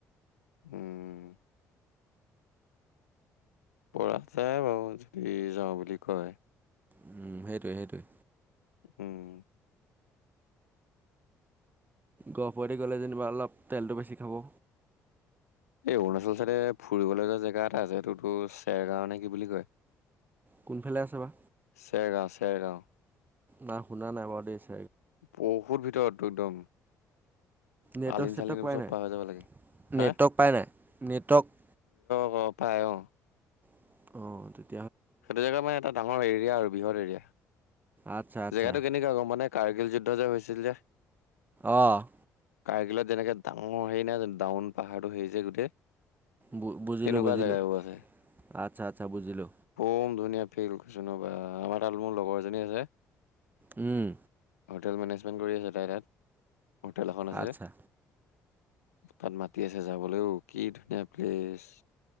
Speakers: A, on the left (about 85°); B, on the right (about 25°).
A: উম। পৰাগ চাই মই বুলি চুটি যাওঁ বুলি কয়।
B: উম, সেইটোৱে সেইটোৱে।
A: উম।
B: গহপুৰৰে দি গ'লে যেনিবা অলপ তেলটো বেছি খাব।
A: এই অৰুণাচল চাইদে ফুৰিবলৈ যোৱা জেগা এটা আছে, এইটোতটো চেৰ গাওঁ নে কি বুলি কয়।
B: কোনফালে আছে বা।
A: চেৰ গাঁও চেৰগাঁও।
B: নাই শুনা নাই বাৰু দে।
A: বহুত ভিতৰত দটৌ একদম।
B: নেটৱৰ্ক
A: আলিন
B: চেটৱৰ্ক
A: চালিন এইবোৰ
B: পাই
A: চব
B: নাই
A: পাৰ হৈ যাব লাগে। হা?
B: নেটৱৰ্ক পাই নাই নেটৱৰ্ক।
A: অ' পায় অ'।
B: অ'
A: সেইটো জেগা মানে এটা ডাঙৰ এৰিয়া আৰু বৃহৎ এৰিয়া
B: আচ্ছা আচ্ছা
A: জেগাটো কেনেকুৱা গ'ম পাৱনে। কাৰ্গিল যুদ্ধ যে হৈছিল যে।
B: অ'
A: কাৰ্গিলত যেনেকে ডাঙৰ হেৰি নাই ডাউন পাহাৰটো হেৰিছে গোটেই।
B: বু বুজিলোঁ
A: তেনেকুৱা
B: বুজিলোঁ
A: জেগাবোৰ আছে।
B: আচ্ছা, আচ্ছা, বুজিলো।
A: কম ধুনীয়া ফিলিম লোকেচন আমাৰ তাত মোৰ লগৰ এজনী যে।
B: উম।
A: হোটেল মেনেজমেণ্ট কৰি আছে, তাই তাত হোটেল এখন আছে।
B: আচ্ছা
A: তাত মাতি আছে যাবলৈও কি ধুনীয়া প্লেচ।